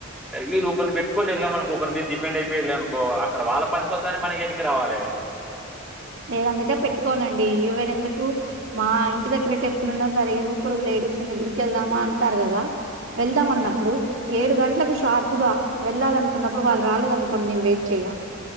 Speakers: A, in the centre; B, on the right.
A: వళ ఒకరు పెట్టుకొని వెళ్ళాం అకో ఒకరి మీరు డిపండ్ అయి వెళ్ళ అనుకో అక్కడ వాళ్ళ పనినికిొసానే మనకి వెనక రావాలి
B: నేను అందుకే పెట్టుకోనండి ఈవెన్ ఎందుకు మా ఇంటి దగ్గర టెంపుల్ ఉన్నా సరే ఇరుగుపొరుగులే రీసెంట్ గుడికెళ్దామా అంటారు కదా వెళ్దాం
A: హ్మ్.
B: అన్నప్పుడు ఏడు గంటలకు షార్ప్ గా వెళ్ళాలనుకున్నప్పుడు వాళ్ళు రాలేదనుకోండి నేను వెయిట్ చెయ్యా